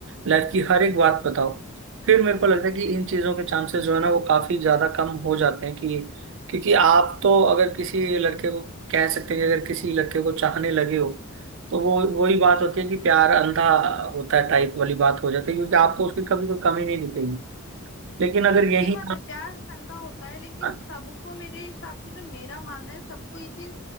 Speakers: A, on the right; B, on the left.
A: लाइफ की हर एक बात बताओ फिर मेरे को लगता है कि इन चीजों के चांसेस जो है ना वो काफी ज्यादा कम हो जाते हैं कि क्योंकि आप तो अगर किसी लड़के को कह सकते हैं कि अगर किसी लड़के को चाहने लगे हो तो वो वही बात होती है कि प्यार अंधा होता है टाइप वाली बात हो जाती है क्योंकि आपको उसकी कभी कोई कमी नहीं दिखेगी लेकिन अगर यही
B: ये बात है प्यार अंधा होता है लेकिन
A: आप
B: सबको मेरे हिसाब से जो मेरा मानना है सबको ये चीज